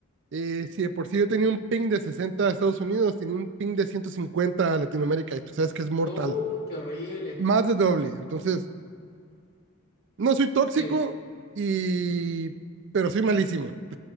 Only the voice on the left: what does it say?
Uy, qué horrible.
Ah,
sí,